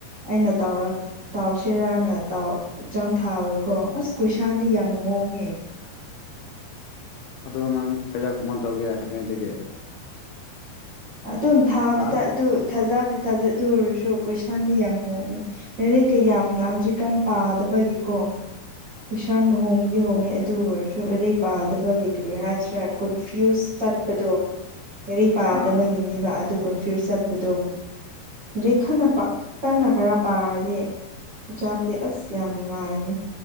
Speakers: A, on the right (about 40°); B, on the left (about 70°).
A: ꯑꯩꯅ ꯇꯧꯔꯛ ꯇꯥꯎꯁꯤꯔꯥꯅ ꯇꯥꯎ ꯑꯦꯛꯖꯥꯝ ꯊꯥꯕꯀꯣ ꯑꯁ ꯀꯣꯏꯁꯥꯟꯗꯤ ꯌꯥꯝ ꯍꯣꯡꯉꯦ
B: ꯑꯗꯣ ꯅꯪ ꯀꯩꯌꯥ ꯀꯨꯃꯥ ꯇꯧꯒꯦ ꯍꯥꯟꯅꯦꯗꯒꯤ
A: ꯑꯗꯨꯝ ꯊꯥꯕꯗ
B: ꯑ
A: ꯑꯗꯨ ꯊꯥꯖꯕꯗꯤ ꯊꯥꯖ ꯑꯗꯨ ꯑꯣꯏꯔꯁꯨ ꯀꯣꯏꯁꯥꯟꯗꯤ ꯌꯥꯝ ꯍꯣꯡꯉꯦ ꯂꯩꯔꯤꯛꯀ ꯌꯥꯝꯅ ꯍꯧꯖꯤꯛꯀꯥꯟ ꯄꯥꯗꯕꯒꯤꯀꯣ ꯀꯣꯢꯁꯟ ꯍꯣꯡꯕꯗꯤ
B: ꯑꯣ
A: ꯍꯣꯡꯉꯦ ꯑꯗꯨ ꯑꯣꯏꯔꯁꯨ ꯂꯥꯏꯔꯤꯛ ꯄꯥꯗꯕ ꯀꯔꯤ ꯍꯥꯏꯁꯤꯔꯥ ꯀꯣꯟꯐ꯭ꯌꯨꯁ ꯆꯠ ꯆꯠꯄꯗꯣ ꯂꯩꯔꯤꯛ ꯄꯥꯗꯕꯒꯤꯅꯤꯕ
B: ꯑꯥ
A: ꯑꯗꯨ ꯀꯣꯟꯐ꯭ꯌꯨꯁ ꯆꯠꯄꯗꯣ ꯂꯩꯔꯤ ꯈꯟꯅ ꯀꯟꯅ ꯈꯔ ꯄꯥꯔꯗꯤ ꯑꯦꯛꯖꯥꯝꯗꯤ ꯑꯁ ꯌꯥꯝ ꯅꯨꯡꯉꯥꯏꯅꯤ